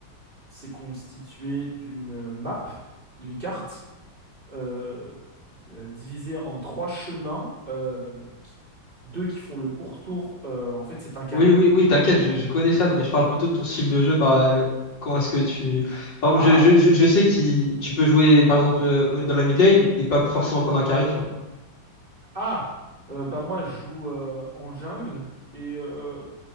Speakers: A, on the right; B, on the left.
A: c'est constitué d'une euh, map, d'une carte, euh, euh, divisée en trois chemins, euh, qui- deux qui font le pourtour. euh, en fait, c'est un carré.
B: Oui, oui, oui, t'inquiète, je, je connais ça, non, mais je parle plutôt de ton style de jeu, par... euh, Comment est-ce que tu... Par exemple,
A: Ah,
B: je, je,
A: m-
B: je, je sais que tu peux jouer, par exemple, euh, dans la mid lane et pas forcément prendre un carry, tu vois.
A: ah, euh, bah moi je joue euh, en jungle et euh,